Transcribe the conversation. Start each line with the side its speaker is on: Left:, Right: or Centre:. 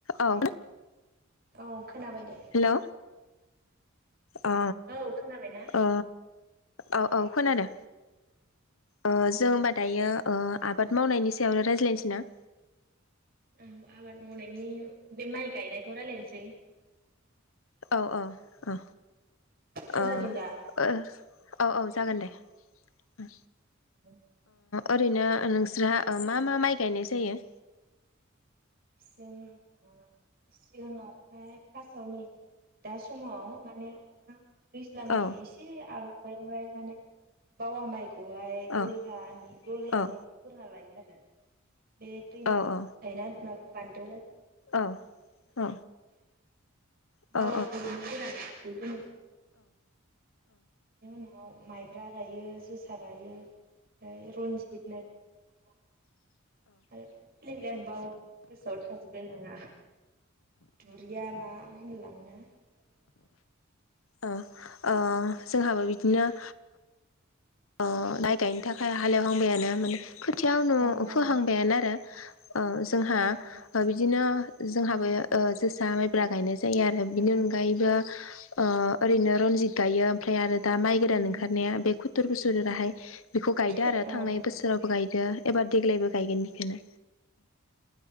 Left: औ
Right: औ खोनाबाय दे।
Left: हेलौ अ
Right: औ खोनाबायना
Left: अ अ औ खोनादो ओ जों होमबा दायो ओ आबाद मावनायनि सायावनो रायज्लायनोसै ना?
Right: उम आबाद मावनायनि बे माइ गायनायखौ रायलायनोसै
Left: अ अ अ
Right: खोनादों
Left: ओ
Right: दा?
Left: ओ औ औ जागोन दे उ
Right: <unintelligible>
Left: ओरैनो नोंस्रा ओ मा मा माइ गायनाय जायो?
Right: जों <unintelligible> सिगाङाव दा समाव माने अखा दैज्लाांनि
Left: औ
Right: एसे आव <unintelligible> माने बावा माइ बहाय दलहानि
Left: औ
Right: दलहायावहाय
Left: औ
Right: फो <unintelligible> लायो आरो <inaudible> बे दैमा
Left: औ औ
Right: थायना माब बान्दो <unintelligible>
Left: औ औ ओ
Right: बावाखो ओरैनो गोरानै <unintelligible> <unintelligible> बे न'आव माइब्रा गायो जोसा। सा गायो। ओमफ्राय रनजित <unintelligible> गोसोआव थाजोब। लाङा दुरिया मा होनलाङो ना।
Left: अ ओ जोंहाबो बिदिनो। ओ माइ गायनो थाखाय हालेवहांबायानो माने। खोथियाव नु
Right: ओं
Left: फोहांबायानो आरो ओ जोंहा
Right: ओं
Left: बिदिनो। जोंहाबो ओ जोसा माइब्रा गायनाय। जायो आरो
Right: ओं
Left: बिनि
Right: ओं
Left: अनगायैबो। ओ। ओरैनो रनजित गायो ओमफ्राय आरो दा माइ गोरान
Right: उम
Left: ओंखारनाया बे खुथुर बोसोर
Right: ओं
Left: राहा। फाय बेखौ गायदो आरो
Right: ओं
Left: थांनाय
Right: उम
Left: बोसोरावबो गायदो एबार देग्लायबो गायगोन बेखौनो।